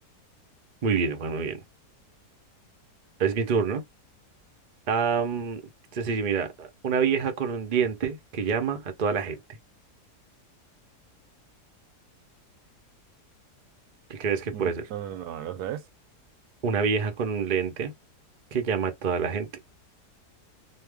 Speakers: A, on the right; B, on the right.
A: muy bien, Juan, muy bien. Es mi turno. Am, sencillo, mira, una vieja con un diente que llama a toda la gente. ¿Qué crees que
B: Mm,
A: puede ser?
B: No, no, no, ¿lo sabes?
A: Una vieja con un lente que llama a toda la gente.